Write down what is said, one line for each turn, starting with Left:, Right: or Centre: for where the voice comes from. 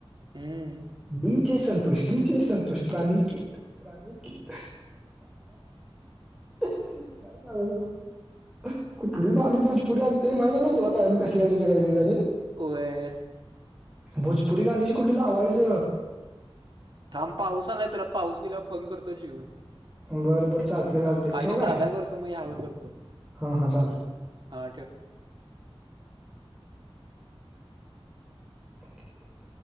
Right: हम्म
Centre: D J Santosh, D J Santosh, Praniket Praniket काय सांग ना? कुठली गाणी भोजपुरी अंनताय माहिती न तुला काय मी कसली क काही गाणी.
Right: होय...
Centre: भोजपुरी गाणी जी कुठली लावायच?
Right: थांब पाऊस आलाय तुला पाऊस गेल्यावर फोन करतो जेवून.
Centre: बरं बर, चालतय चालतय ठेवू
Right: साधा
Centre: काय
Right: करतो मग ह्यावर करतो
Centre: हा हा चालतय.
Right: हा ठेव.
Centre: संकेत.